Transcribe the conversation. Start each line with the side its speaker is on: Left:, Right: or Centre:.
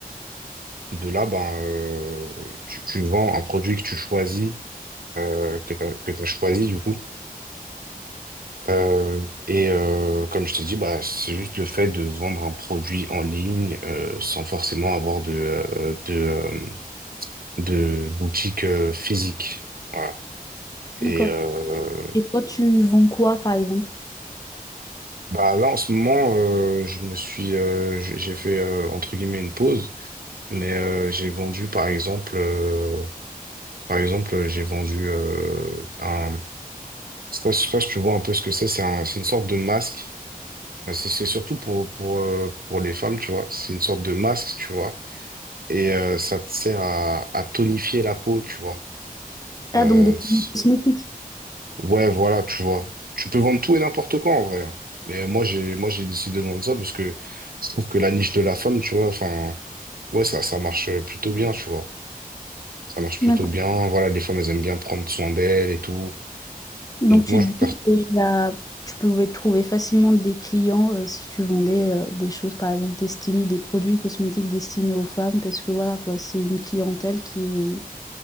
Right: de là, ben, heu, tu tu vends un produit que tu choisis, heu, que tu que tu as choisi du coup. Heu et heu, comme je t'ai dit, bah, c'est juste le fait de vendre un produit en ligne, heu, sans forcément avoir de, heu, de, hem, de boutique, heu, physique. Voilà et
Left: D'accord.
Right: heu,
Left: Et toi, tu vends quoi, par exemple?
Right: bah, là en ce moment, heu, je me suis, heu, j'ai j'ai fait, heu, entre guillemets «une pause», mais heu, j'ai vendu par exemple, euh, Par exemple, euh, j'ai vendu euh, un. Je sais pas je sais pas si tu vois un peu ce que c'est. C'est un- c'est une sorte de masque. Euh, C'est c'est surtout pour, pour, euh, pour les femmes, tu vois. C'est une sorte de masque, tu vois. Et euh, ça te sert à, à tonifier la peau, tu vois.
Left: Ah,
Right: Euh,
Left: donc des produits
Right: c'est-
Left: cosmétiques.
Right: ouais, voilà, tu vois. Tu peux vendre tout et n'importe quoi, en vrai. hein. Mais moi, j'ai moi j'ai décidé de vendre ça parce que je trouve que la niche de la femme, tu vois, enfin, ouais, ça, ça marche euh, plutôt bien, tu vois. Ça marche
Left: D'accord.
Right: plutôt bien. Voilà, les femmes, elles aiment bien prendre soin d'elles et tout.
Left: Donc
Right: Donc
Left: tu
Right: moi,
Left: te
Right: je-
Left: dis que il y a- tu pouvais trouver facilement des clients euh, si tu vendais euh, des choses, par exemple, destinées, des produits cosmétiques destinés aux femmes, parce que voilà, quoi, c'est une clientèle qui est,